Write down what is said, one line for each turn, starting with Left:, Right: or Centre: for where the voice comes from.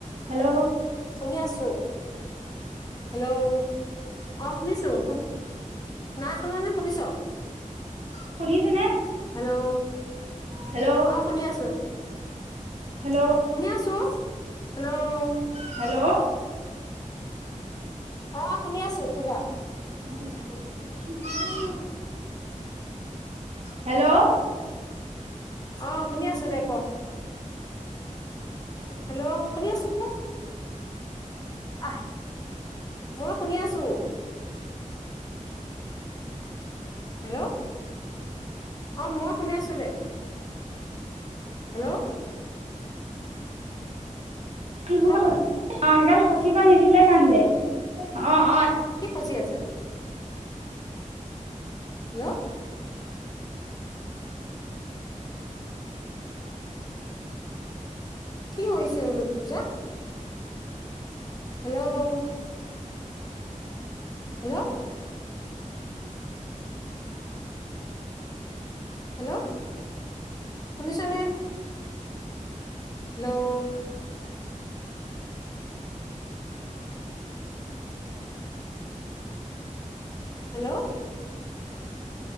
Right: হেল্ল'
Left: শুনি আছো হেল্ল' অ শুনিছো শুন না শুনা নে শুনিছ
Right: শুনিছেনে
Left: হেল্ল'
Right: হেল্ল'
Left: অ শুনি আছো
Right: হেল্ল
Left: শুনি আছো হেল্ল'
Right: হেল্ল'
Left: অ শুনি আছো শুন
Right: উহো চাব উ কি হল অ হেল্ল'
Left: অ শুনি আছো দে ক হেল্ল' শুনি আছো ন আহ মই শুনি আছো হেল্ল' অঁ মই শুনি আছোঁ দে হেল্ল'
Right: সেইসোপা
Left: তই
Right: খ অ সেগাল খচিবা নিদিলে কান্দে অ অ
Left: কি খচি আছে হেল্ল' কি হৈছে উম পূজা হেল্ল' হেল্ল' হেল্ল' শুনিছানে হেল্ল' হেল্ল'